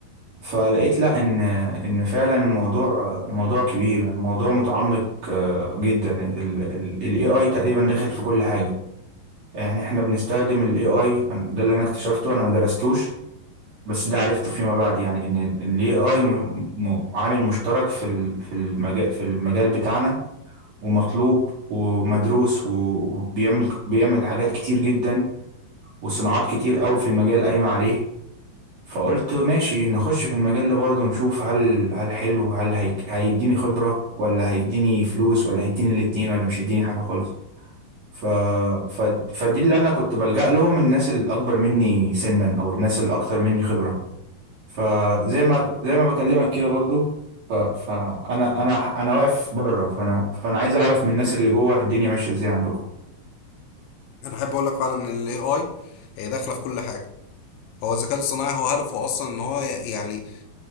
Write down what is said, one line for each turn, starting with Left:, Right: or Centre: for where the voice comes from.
Right: فلقيت لا ان ان فعلا الموضوع موضوع كبير موضوع متعمق آه، جدا الاي اي تقريبا داخل في كل حاجه يعني احنا بنستخدم الاي اي ده اللي انا اكتشفته انا ما درستوش بس ده عرفته فيما بعد يعني ان الاي اي عامل مشترك في ال- في المجال في المجال بتاعنا ومطلوب ومدروس و- وبيعمل بيعمل حاجات كتير جدا وصناعات كتير قوي في المجال قايمة عليه فقلت ماشي نخش في المجال ده برضه نشوف هل هل حلو هل هي هيديني خبرة ولا هيديني فلوس ولا هيديني الاتنين ولا مش هيديني حاجة خالص ف... ف... فدي اللي انا كنت بلجأ لهم الناس الاكبر مني سنا او الناس الاكتر مني خبرة فزي ما زي ما بكلمك كده برضو ف... فانا انا انا واقف بره فانا فانا عايز اعرف من الناس اللي جوه الدنيا ماشيه ازاي عندكم
Left: انا احب اقول لك فعلا ان الاي اي هي داخله في كل حاجه هو الذكاء الصناعي هو هدفه اصلا ان هو يعني